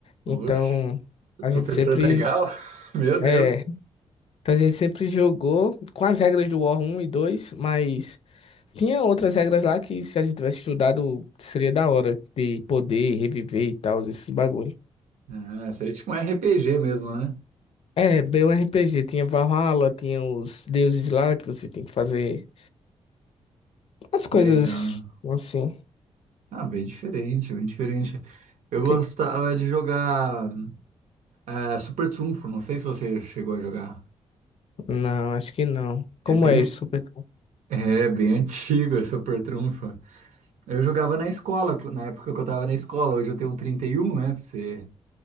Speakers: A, on the left; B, on the right.
A: Então
B: Oxe,
A: a
B: professor
A: gente sempre.
B: legal. <laughs> Meu Deus.
A: É, então a gente sempre jogou com as regras do War 1 e 2, mas tinha outras regras lá que se a gente tivesse estudado seria da hora de poder reviver e tal, esses bagulho.
B: Ah, seria tipo um RPG mesmo, né?
A: É, bem um RPG, tinha Valhalla, tinha os deuses lá que você tem que fazer as
B: Que
A: coisas
B: Legal.
A: assim.
B: Ah, bem diferente, bem diferente. Eu gostava
A: Que-
B: de jogar eh, Super Trunfo, não sei se você chegou a jogar.
A: Não, acho que não. Como
B: É bem,
A: é isso, super?
B: <laughs> é bem antigo esse Super Trunfo. Eu jogava na escola, na época que eu tava na escola, hoje eu tenho 31, né? pra Você